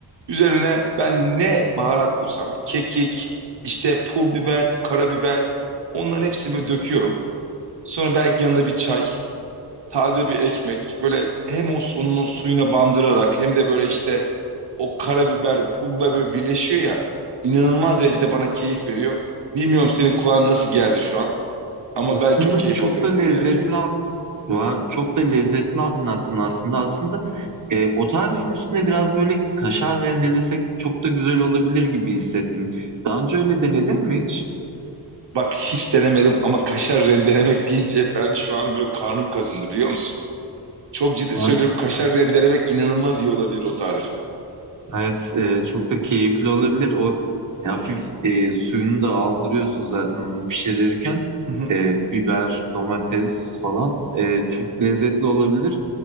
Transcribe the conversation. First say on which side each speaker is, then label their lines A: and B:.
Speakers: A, on the right; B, on the right.
A: Üzerine ben ne baharat bulsam, kekik, işte pul biber, karabiber, onların hepsini döküyorum. Sonra belki yanında bir çay, taze bir ekmek. Böyle hem o su- onun o suyuna bandırarak hem de böyle işte o karabiber, pul biber böyle birleşiyor ya. İnanılmaz derecede bana keyif veriyor. Bilmiyorum senin kulağına nasıl geldi şu an ama
B: Aslında
A: ben çok keyif
B: çok
A: alıyorum
B: da lezzetli
A: onları yerken.
B: Vay, çok da lezzetli anlattın aslında. Aslında e, o tarifin üstüne biraz böyle kaşar rendelesek çok da güzel olabilir gibi hissettim. Daha önce öyle denedin mi hiç?
A: Bak hiç denemedim ama kaşar rendelemek deyince ben şu an böyle karnım kazındı biliyor musun? Çok ciddi
B: Ha,
A: söylüyorum kaşar rendelemek inanılmaz iyi olabilir o tarife.
B: evet, e, çok da keyifli olabilir. O hafif e, suyunu da aldırıyorsun zaten bunu pişirirken.
A: Hı hı.
B: E, biber, domates falan e, çok lezzetli olabilir.